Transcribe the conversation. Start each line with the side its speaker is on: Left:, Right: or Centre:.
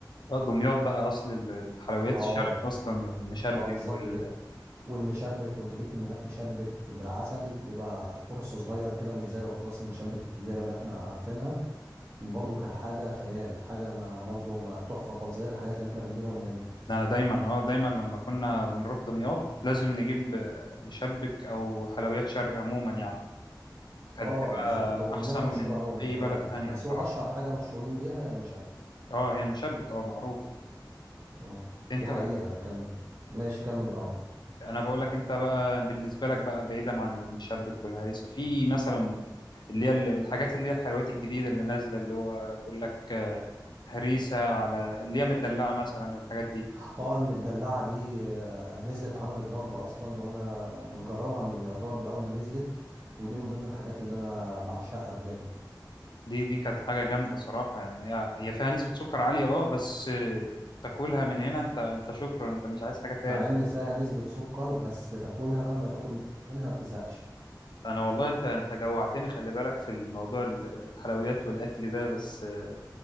Left: آه، دمياط بقى اصل ال- الحلويات
Right: اه
Left: الشرق اصلا المشبك
Right: اه بالظبط
Left: وال...
Right: كده والمشبك كنت جبت من هناك مشبك بالعسل بيبقى قرص صغير كده مش زي القرصاص المشبك الكبيرة اللي احنا عارفينها وبرضه كان حاجة خيال حاجة ما برضه ما تحفة خالص غير الحاجات اللي احنا بنجيبها من هنا
Left: انا دايما اه دايما لما كنا بنروح دمياط لازم نجيب آه، مشبك او حلويات شرق عموما يعني كانت
Right: اه
Left: بتبقى
Right: بالظبط كده دمياط
Left: احسن من
Right: مشهورة قوي بالحوار
Left: اي بلد
Right: ده
Left: تانية
Right: بس
Left: صراحة
Right: هو أشهر حاجة مشهورين بيها هي المشبك
Left: اه هي المشبك اه معروف
Right: اه
Left: انت
Right: دي حقيقة
Left: ب...
Right: كان ماشي كمل اه
Left: انا بقول لك انت بقى بالنسبة لك بقى بعيدا عن المشبك والهريسة في مثلا اللي هي ال- الحاجات اللي هي الحلويات الجديدة اللي نازلة اللي هو يقول لك آه، هريسة على اللي هي مدلعة مثلا والحاجات دي
Right: اه المدلعة دي آه، نزلت عملت ضجة أصلا وأنا مجربها من يعتبر من أول ما نزلت ودي من ضمن الحاجات اللي أنا بعشقها بجد
Left: دي دي كانت حاجة جامدة صراحة يعني هي هي فيها نسبة سكر عالية اه بس آه، تاكلها من هنا انت انت شكرا انت مش عايز حاجة تاني
Right: مع ان فيها نسبة سكر بس تاكلها مهما تاكل منها ما بتزهقش
Left: انا والله انت انت جوعتني خلي بالك في الموضوع ال- الحلويات والاكل ده بس آه،